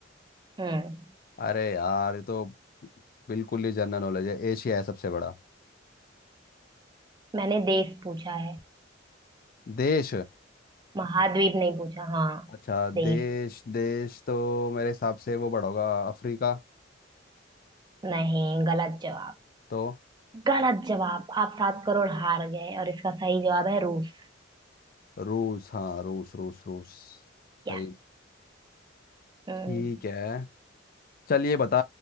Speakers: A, on the right; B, on the left.
A: हम्म
B: अरे यार ये तो बिल्कुल ही जनरल नॉलेज है एशिया है सबसे बड़ा
A: मैंने देश पूछा है
B: देश
A: महाद्वीप नहीं पूछा हाँ
B: अच्छा देश
A: देश
B: देश तो मेरे हिसाब से वो बड़ा होगा अफ्रीका
A: नहीं गलत जवाब
B: तो
A: गलत जवाब आप सात करोड़ हार गए और इसका सही जवाब है रूस
B: रूस हाँ रूस रूस रूस
A: क्या
B: सही
A: हम्म,
B: ठीक है चलिए बता